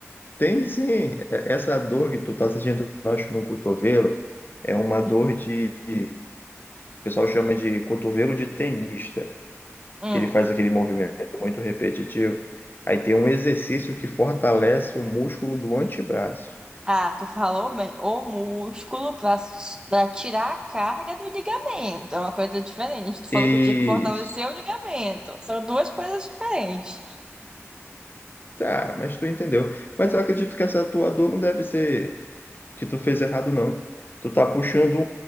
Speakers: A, on the left; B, on the right.
A: Tem sim, E- essa dor que tu tá sentindo, eu acho, no cotovelo, é uma dor
B: Hum.
A: de, o pessoal chama de cotovelo de tenista,
B: hum.
A: que ele faz aquele movimento muito repetitivo. Aí tem um exercício que fortalece o músculo do antebraço.
B: Ah, tu falou bem, o músculo pra, pra tirar a carga do ligamento. É uma coisa diferente. Tu falou
A: Isso.
B: que eu tinha que fortalecer o ligamento. São duas coisas diferentes.
A: Tá, mas tu entendeu. Mas eu acredito que essa tua dor não deve ser que tu fez errado, não. Tu tá puxando